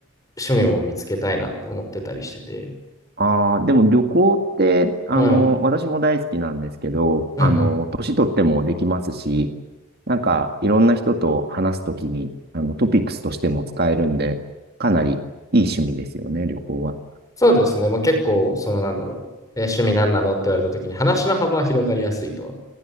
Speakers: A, on the left; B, on the right.
A: 趣味も見つけたいなって思ってたりしてて、
B: あー、でも旅行って、あの、
A: はい。
B: 私も大好きなんですけど、
A: うんうん
B: あの、年取ってもできますし、なんか、いろんな人と話すときに、あの、トピックスとしても使えるんで、かなりいい趣味ですよね、旅行は。
A: そうですね。もう結構、そのなんだろう。えー趣味なんなのって言われたときに話の幅は広がりやすいとは